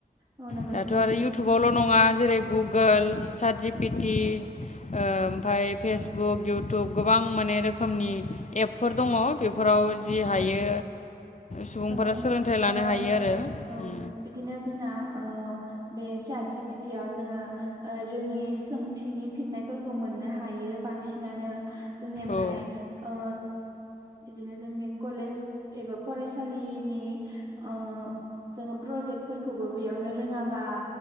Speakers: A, on the right (about 25°); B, on the left (about 45°).
A: औ नंगौ
B: दाथ'
A: नोंथां
B: आरो इउटुबावल' नङा जेरै गुगोल साजिबपिटि ओ ओमफाय फेसबुक इउटुब गोबां माने रोखोमनि एब फोर दङ बेफोराव जि हायो सुबुंफोरा
A: ओ
B: सोलोंथाइ लानो
A: ओ
B: हायो आरो
A: औ
B: उम
A: बिदिनो जोंना ओ बे चारजि बिटियाव जोङो रोङि सोंथिनि फिननायफोरखौ मोननो हायो बांसिनानो जोंनि ओमफाय
B: औ
A: ओ बिदिनो जोंनि कलेज एबा फरायसालिनि ओ जोङो प्रजेक्टफोरखौबो बेयावनो रोङाबा